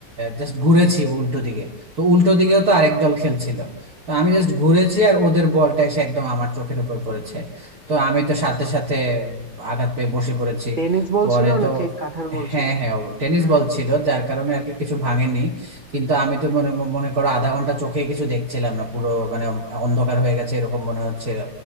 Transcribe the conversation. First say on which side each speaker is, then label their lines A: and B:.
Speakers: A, on the right; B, on the right.
A: জাস্ট ঘুরেছি উল্টো দিকে তো উল্টো দিকেও তো আরেক দল খেলছিল তো আমি জাস্ট ঘুরেছি আর ওদের বলটা এসে একদম আমার চোখের উপর পড়েছে তো আমি তো সাথে সাথে আঘাত পেয়ে বসে পড়েছি
B: টেনিস বল
A: পরে
B: ছিল
A: তো
B: নাকি কাঠের বল
A: হ্যাঁ
B: ছিল
A: হ্যাঁ টেনিস বল ছিল যার কারণে আর কি কিছু ভাঙেনি কিন্তু আমি তো মনে মনে করো আধা ঘন্টা চোখেই কিছু দেখছিলাম না পুরো মানে অন্ধকার হয়ে গেছে এরকম মনে হচ্ছিল